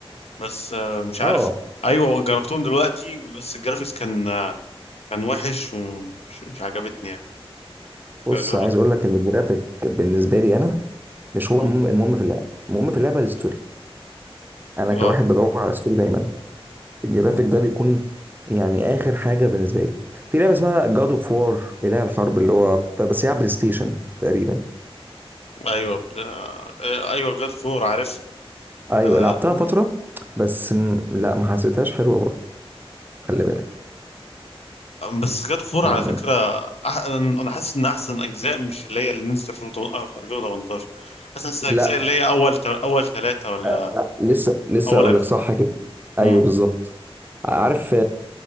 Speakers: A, on the left; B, on the right.
A: بس آه، مش عارف
B: اه
A: ايوه جربتهم دلوقتي بس الجرافيكس كان آه، كان وحش ومش مش عجبتني يعني
B: بص
A: جرب...
B: عايز اقول لك ان الجرافيك بالنسبه لي انا مش هو
A: مم.
B: المهم المهم في اللعبه المهم في اللعبه الستوري انا
A: اه
B: كواحد بدور على ستوري دايما الجرافيك
A: مم.
B: ده بيكون يعني اخر حاجه بالنسبه لي في لعبه اسمها جاد اوف وار اله الحرب اللي هو بس هي على بلاي ستيشن تقريبا
A: ايوه ب- آه، آه، ايوه جاد فور عارف
B: ايوه
A: آه،
B: لعبتها فتره بس م... لا ما حسيتهاش حلوه برضه خلي بالك
A: بس جاد فور
B: يعني
A: على فكره أح... انا حاسس ان احسن اجزاء مش اللي هي اللي نزلت في 2018 حاسس احسن اجزاء
B: لا
A: اللي هي اول ت... اول ثلاثه ولا
B: آه، لا، لسه لسه
A: اول
B: اقول
A: اجزاء
B: لك صح كده ايوه
A: امم
B: بالظبط عارف